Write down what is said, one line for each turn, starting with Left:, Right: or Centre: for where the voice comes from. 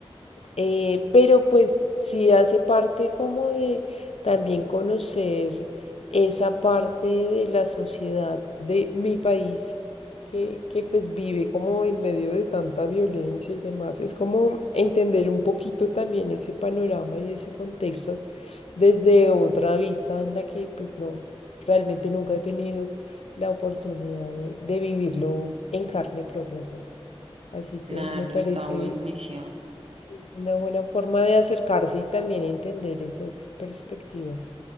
Left: Eh, pero pues sí hace parte como de también conocer esa parte de la sociedad de mi país que, que pues vive como en medio de tanta violencia y demás. Es como entender un poquito también ese panorama y ese contexto desde otra vista en la que pues no, realmente nunca he tenido la oportunidad de, de vivirlo en carne propia, pues. Así que
Right: Claro,
Left: me parece
Right: está buenísimo.
Left: Sí, es una buena forma de acercarse y también entender esas perspectivas.